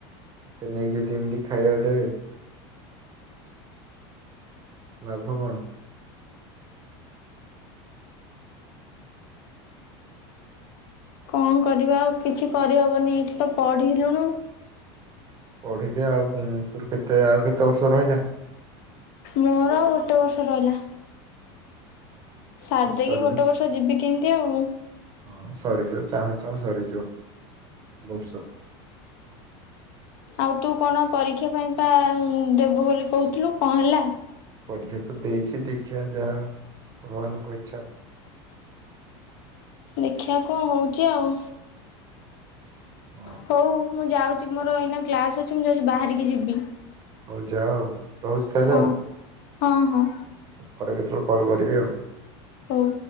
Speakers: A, on the right (about 30°); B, on the left (about 55°).
A: ଏତେ ନେଇ ଯଦି ଏମିତି ଖାଇବାକୁ ଦେବେ? ଲାଭ କଣ?
B: କଣ କରିବା ଆଉ କିଛି କରିହବନି ଏଇଠି ତ ପଢିଲୁଣୁ।
A: ପଢିଦେ ଆଉ ତୋର କେତେ ଆଉ କେତେ ବର୍ଷ ରହିଲା?
B: ମୋର ଆଉ ଗୋଟେ ବର୍ଷ ରହିଲା। ସାରି ଦେଇକି
A: ଚାଲିଶ
B: ଗୋଟେ ବର୍ଷ ଯିବି କେମିତି ଆଉ ହୁଁ।
A: ହଁ ସରିଯିବ ଚାହୁଁ ଚାହୁଁ ସରି ଯୋ। ବର୍ଷା।
B: ଆଉ ତୁ କଣ ପରୀକ୍ଷା ପାଇଁ ପା ଦେବୁ ବୋଲି କହୁଥିଲୁ କଣ ହେଲା।
A: ପରୀକ୍ଷା ତ ଦେଇଛି ଦେଖିଵା ଯାହା ଭଗବାନଙ୍କ ଇଚ୍ଛା।
B: ଦେଖିବା କଣ ହଉଛି ଆଉ
A: ହଁ
B: ହଉ ମୁଁ ଯାଉଛି ମୋର ଏଇନା କ୍ଲାସ ଅଛି ମୁଁ ଯାଉଛି ବାହାରିକି ଯିବି।
A: ହଉ ଯାଅ ଆଉ ରହୁଛି ତାହେଲେ
B: ହଁ
A: ଆଉ।
B: ହଁ ହଁ।
A: ପରେ କେତେବେଳେ କଲ୍ କରିବି ଆଉ।
B: ହଉ।